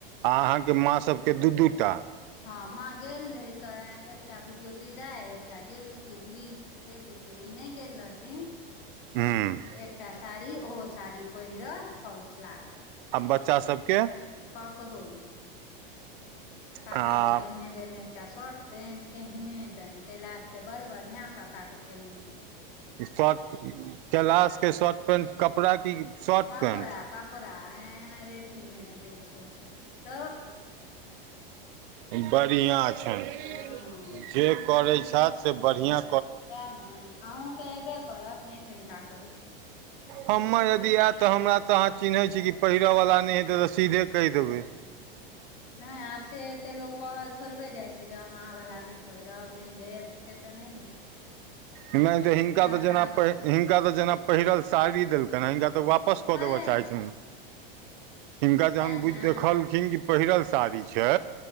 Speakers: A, on the right; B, on the left.
A: आ अहाँके माँ सभके दू दू टा
B: हँ माँ गेल रहे तऽ एकटा बुझियौ विदाई एकटा जे बुझियौ भीख जे पूछू ई नहि गेल रहथिन
A: हूँ
B: एकटा साड़ी ओहो साड़ी पहिरल फॉल्स लागल
A: आ बच्चा सबके
B: ककरो नहि काका
A: आ
B: के केहने दनि एकटा शर्ट पेंट केहने दनि कैलाश के बड़ बढ़िया का काका के केहने दुन
A: शर्ट कैलाशके शर्ट पैन्ट कपड़ा‌ के शर्ट
B: कपड़ा
A: पैन्ट
B: कपड़ा ऐ रेडीमेड दै छै ओ सभ
A: बढ़िआँ छनि
B: हँ
A: जे करैत छथि से बढ़ियाँ
B: ते ने अहूँके एयबे करत नहि चिन्ता करू
A: हम्मर यदि आयत तऽ हमरा तऽ अहाँ चिन्हैत छी कि पहिरयवला नहि हेतै तऽ सीधे कहि देबै
B: नहि आब से ऐते लोक कहल थोड़बे जाइ छै जे हम अहाँ वाला नहि पहिरब नहि लेब से तऽ नहि हेतै
A: त हिनका
B: सएह
A: एत जेना
B: बात छै
A: हिनका तऽ जेना पहिरल साड़ी देलकनि ह हिनका तऽ वापस वापस कऽ
B: हइ
A: देबऽ चाहि हिनका
B: तें
A: जहन
B: ने
A: देखलखिन पहिरल सारी छै